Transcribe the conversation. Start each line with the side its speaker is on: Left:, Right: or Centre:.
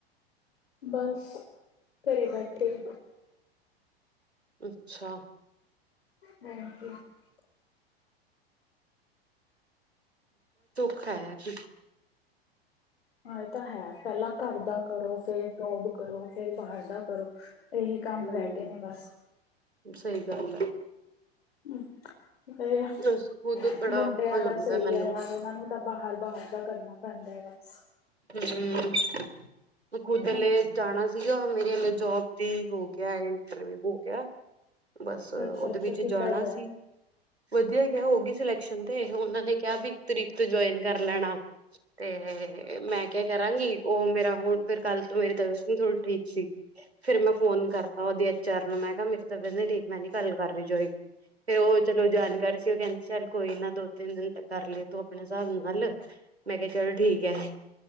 Left: ਬਸ ਘਰੇ ਬੈਠੇ।
Right: ਅੱਛਾ।
Left: ਹਾਂਜੀ <unintelligible>
Right: ਖਾਇਆ ਕਿ?
Left: ਹਾਂ ਇਹ ਤਾਂ ਹੈ ਪਹਿਲਾਂ ਘਰ ਦਾ ਕਰੋ ਫੇਰ ਜੋਬ ਕਰੋ ਫੇਰ ਬਾਹਰ ਦਾ ਕਰੋ ਇਹੀ ਕੰਮ
Right: ਹਮ
Left: ਰਹਿ ਗਏ ਨੇ ਬਸ।
Right: ਸਹੀ ਗੱਲ ਹੈ
Left: ਹਮ ਇਹ
Right: ਉਸ ਖੁਦ ਬੜਾ
Left: ਮੁੰਡਿਆਂ
Right: ਔਖਾ ਹੋ ਜਾਂਦਾ
Left: ਦਾ ਸਹੀ
Right: ਮੈਨੂੰ
Left: ਹੈ ਯਾਰ ਉਹਨਾਂ ਨੂੰ ਤਾਂ ਬਾਹਰ-ਬਾਹਰ ਦਾ ਕਰਨਾ। ਪੰਡ ਵ <unintelligible>
Right: ਹਮ ਖੁਦ
Left: ਹਮ
Right: ਲੇ ਜਾਣਾ ਸੀਗਾ ਮੇਰੀ ਹਲੇ ਜੋਬ ਦੀ ਹੋ ਗਿਆ ਇੰਟਰਵਿਊ ਹੋ ਗਿਆ। ਬਸ ਉਹਦੇ
Left: ਅੱਛਾ ਅੱਛਾ
Right: ਵਿੱਚ
Left: ਕਿੱਦਾਂ
Right: ਜਾਣਾ
Left: ਗਿਆ
Right: ਸੀ ਵਧੀਆ ਗਿਆ ਹੋਗੀ ਸਿਲੈਕਸ਼ਨ ਤੇ ਉਹਨਾਂ ਨੇ ਕਿਹਾ ਵੀ ਤਰੀਕ ਤੋਂ ਜੁਆਇਨ ਕਰ ਲੈਣਾ ਤੇ ਮੈਂ ਕਿਹਾ ਕਰਾਂਗੀ ਉਹ ਮੇਰਾ ਹੁਣ ਫਿਰ ਕੱਲ ਤੋਂ ਮੇਰੀ ਤਬੀਅਤ ਨੀ ਥੋੜ੍ਹੀ ਠੀਕ ਸੀ। ਫਿਰ ਮੈਂ ਫੋਨ ਕਰਤਾ ਉਹਦੀ ਐਚ ਆਰ ਨੂੰ ਮੈਂ ਕਿਹਾ ਮੇਰੀ ਤਬੀਅਤ ਨੀ ਠੀਕ ਮੈਂ ਨੀ ਕੱਲ ਕਰ ਰਹੀ ਜੋਆਇਨ ਫੇਰ ਉਹ ਚਲੋ ਜਾਣਕਾਰੀ ਸੀ ਉਹ ਕਹਿੰਦੀ ਚੱਲ ਕੋਈ ਨਾ ਦੋ ਤਿੰਨ ਦਿਨ ਤੇ ਕਰ ਲਈ ਤੂੰ ਆਪਣੇ ਹਿਸਾਬ ਨਾਲ ਮੈਂ ਕਿਹਾ ਚਲ ਠੀਕ ਹੈ।